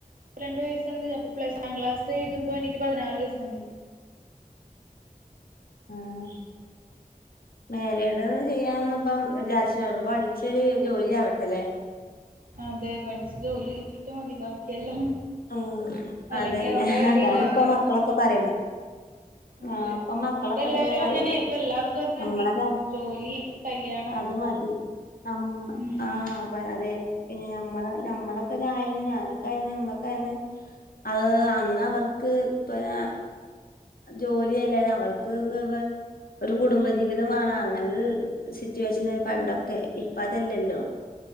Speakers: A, on the right (about 70°); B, on the left (about 80°).
A: രണ്ട് വയസ്സുണ്ട് അപ്പൊ പ്ലസ് വൺ ക്ലാസ് എഴുതുമ്പോ എനിക്ക് പതിനാറ് വയസുണ്ട്.
B: ആഹ് മേരേഡൊന്നും ചെയ്യാനൊന്നും ഇപ്പം വിചാരിച്ച്ണൊള്ളു ഇപ്പ പഠിച്ചൊരു ജോലി ആവട്ട ലേ.
A: അതെ. പഠിച്ച് ജോലി കിട്ടിയിട്ട് മതി ബാക്കിയെല്ലാം.
B: ആഹ്
A: അല്ലെങ്കി
B: അതന്നെ
A: അവിടെ വിലയില്ലാണ്ടാവും
B: അതാണ് ഇപ്പം മക്കളൊക്കെ പറയ്ണത്.
A: അതെ
B: ആഹ് ഇപ്പം മക്കളൊക്കെ
A: ഇപ്പൊ എല്ലാരും
B: അതന്നെ പറയ്ന്നെ.
A: അങ്ങനെ ഇപ്പൊ എല്ലാർക്കും അത്
B: നമ്മടെ
A: മതി
B: കാര്
A: ജോലി കല്യാണം
B: അത് മതി അമ്
A: ഉം
B: ആഹ് അതെ പിന്നെ ഞമ്മള് ഞമ്മളൊക്കെഞായന്ന് ഞാനൊക്കെ ആയന്ന് നമ്മളൊ ക്കായന്ന് അത് അന്ന് അവർക്ക് പിനെ ജോലി അല്ലേന്നു അവർക്ക് <unintelligible> ഒരു കുടുംബജീവിതം വേണം അങ്ങനൊര് സിറ്റുവേഷനേ പണ്ടൊക്കെ ഇപ്പ അതല്ലല്ലോ